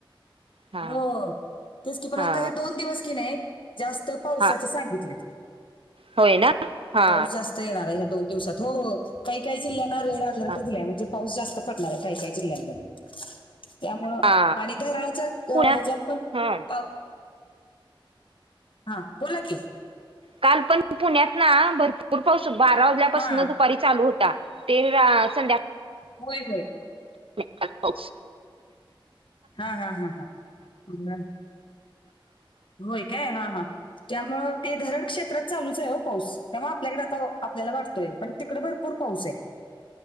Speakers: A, on the right (about 85°); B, on the left (about 65°).
A: हा
B: हो तेच की पण
A: हा
B: आता हे दोन दिवस की नाही जास्त पावसाचे
A: हा
B: सांगितले.
A: होय ना हा
B: पाऊस जास्त येणार ह्या दोन दिवसात हो काही काही जिल्ह्यांना रेड अलर्ट
A: हा
B: दिलाय म्हणजे पाऊस जास्त पडणार आहे काही काही जिल्ह्यांमध्ये त्यामुळं
A: हा
B: आणि धराणाच्या
A: पुण्यात
B: पण
A: हा
B: हा बोला की
A: काल पण पुण्यात ना भरपूर पाऊस बारा वाज ल्यापसन
B: हा
A: दुपारी चालू होता. ते संध्या
B: होय होय
A: पाऊस
B: हा हा हा हा ब होय काय. हा हा त्यामुळ ते धरण क्षेत्रात चालूच आहे ओ पाऊस त्यामुळे आपल्याकडे आता आपल्याला वाटत य पण तिकड भरपूर पाऊस आहे.